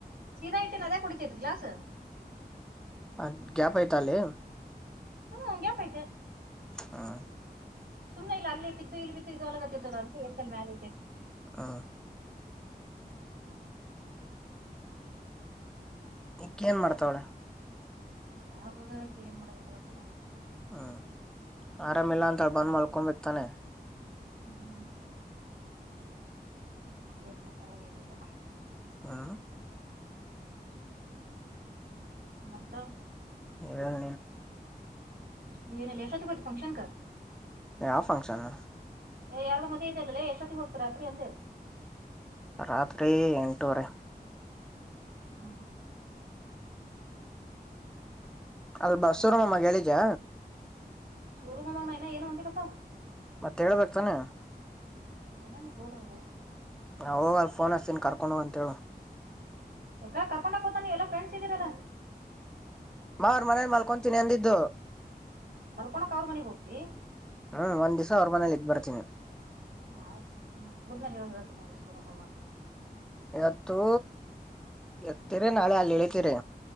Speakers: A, on the right; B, in the centre.
A: ಸೀದಾಇಟ್ಟಿನ ಅದ್ಯಾಕ ಹೊಡಿತೈತೆ ಗ್ಲಾಸ್
B: ಹ ಗ್ಯಾಪ್ ಐತಲ್ಲಿ
A: ಹ್ಮ್ ಗ್ಯಾಪ ಐತಿ
B: ಹ
A: ಸುಮ್ಮನೆ ಇಲ್ಲ ಬಿದ್ದು ಇಲ್ಲಿ ಬಿದ್ದು ಇದು ಆಗಲ್ಕತ್ತದೇತಲ್ ಎತ್ತಿ ಮ್ಯಾಲತ್ತು
B: ಹ <unintelligible> ಏನ್ ಮಾಡ್ತಾವಳೆ
A: ನಾವ ಹೋದ ಬಳಕ್ ಏನ್ ಮಾಡಕತ್ರ ಅಂತ ನ
B: ಹ್ಞೂ ಆರಾಮಿಲ್ಲ ಅಂತೇಳಿ ಬಂದು ಮಾಲ್ಕೋಡಬಿಡ ತಾಳೆ
A: ಹ್ಮ್ ಏನ್ ಮಾಡ್ತಾವ ಏನಲ್ಲ
B: ಹಾ
A: ಮತ್ತ
B: ಹ
A: ನೀ ಎಷ್ಟ ಹೋತ್ತಿಗೆ ಹೋದೆ ಅಲ್ಲಿ ಫಂಕ್ಷನಕ
B: ಯಾವಂಫಕ್ಷನ್
A: ಏ ಯಾರದೋ ಮದುವೆ ಅಂದ್ಯಲ್ಲೋ ಎಷ್ಟ್ ಹೊತ್ತಿಗೆ ಹೋಗ್ತ ರಾತ್ರಿ ಅಂದೆ
B: ರಾತ್ರಿ ಎಂಟೂವರೆ
A: ಹ್ಮ್ ಹ್ಮ್
B: ಅದು ಬಸುರಮ್ಮ ಗೆಳಿದಾ
A: ಶುರು ಮಾಮಾ ಇನು ಏನುಂದಿಲ್ಲಪ್ಪಾ
B: ಮತ್ತೆ ಹೇಳ್ಬೇಕ ತಾನೆ
A: <unintelligible> ಹೋದ್ಲು ನೋಡು
B: ನಾವು ಹೋಗ ಅ ಫೋನ ಹಸತೀನಿ ಕರ್ಕೊಂಡು ಹೋಗ ಅಂತೇಳ
A: ಯಾಕ ಕರ್ಕೊಂಡ ಯಾಕ ಹೋಗ್ತಾನ ನೀವು ಎಲ್ಲ ಫ್ರೆಂಡ್ಸ್ ಇದ್ದರಲ್ಲ
B: ಮಾರ ಮನೇಲಿ ಮಲ್ಕೊಂತೀನಿ ಅಂದಿದ್ದು
A: ಮಲ್ಕೋಳಕ್ಕ ಅವ್ರ ಮನೆಗೆ ಹೋಗ್ತಿ
B: ಹ್ಮ್ ಒಂದ್ ದಿವ್ಸ ಅವ್ರ ಮನೇಲಿ ಇದ ಬರ್ತನಿ
A: ಆಯ್ತು ನಿಮ್ ಊರ್ ಮೇಲೆ ಹ ಹೇಳ್ತ ನಾನ ಸೂರು ಮಾಮಗ
B: ಇವತ್ತು ಎತ್ತಳಿರಿ ನಾಳೆ ಅಲ್ಲಿ ಇಳಿತಿರಿ